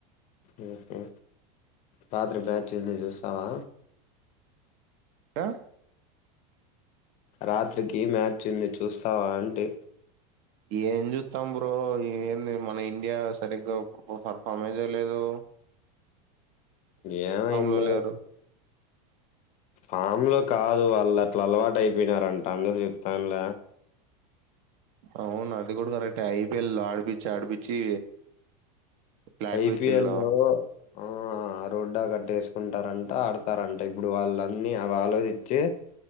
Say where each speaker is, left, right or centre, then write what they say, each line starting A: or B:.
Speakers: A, on the left (about 35°); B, on the right (about 55°).
A: మ్ హు రాత్రి మ్యాచ్చుంది చూస్తావా
B: ఆ
A: రాత్రికి మ్యాచ్ ఉంది చూస్తావా అంటి
B: ఏం చూస్తాం బ్రో ఏంది మన ఇండియా సరిగ్గా ఒక పర్ఫామేజెలేదు
A: ఏమైందో
B: లో లేరు
A: ఫామ్ లో కాదు వాళ్ళట్ల అలవాటు అయిపోయినారంట అందరు చెప్తాన్ల
B: అవును అది కూడా కరెక్టే ఐపిఎల్ ఆడిపిచ్చి ఆడిపిచ్చి ఫ్లాట్
A: ఐపిఎల్
B: పిచ్చిల్లో
A: లో ఆ ఆ రోడ్డా కట్టేసుకుంటారంట ఆడతారంట ఇప్పుడు వాళ్ళన్నీ అవి ఆలోచించి